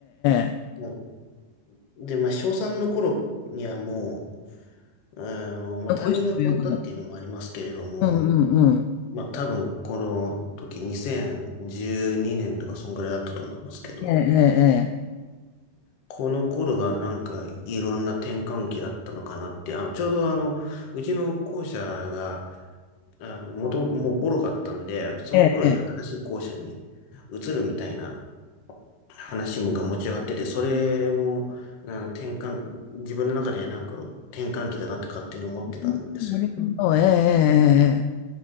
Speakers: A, on the left; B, on the left.
A: ええ。
B: まあで、まあ、小3の頃にはもう、あの、まあ、
A: 残してもよくなる
B: 担任が変わったっていうのもありますけれども、
A: うんうんうん。
B: まあ、多分この時2012年とかそんぐらいだったと思いますけど、
A: えええ
B: この頃がなんかいろんな転換期だったのかなって、あ、ちょうどあの、うちの校舎が、あの、もともともうボロかったんで、その頃に新しい校舎に移るみたいな
A: えええ。ええええ。
B: 話もが持ち上がってて、それも、あの、転換、自分の中でなんか転換期だなって勝手に思ってたんですよね。
A: うん、なるほど。ええええええ。